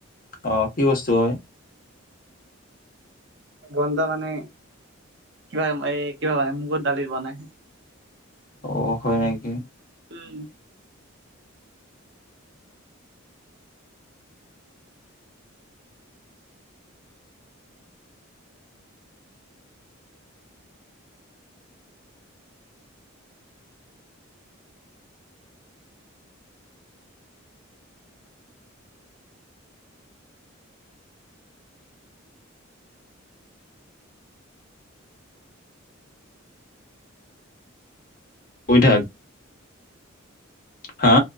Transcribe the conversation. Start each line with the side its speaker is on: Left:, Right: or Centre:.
Left: অ', কি বস্তু হয়?
Right: গন্ধা মানে কিবা এ কিবা বানে মুগত দালি বনাই।
Left: অ', হয় নেকি।
Right: উম।
Left: শুই থাক হা।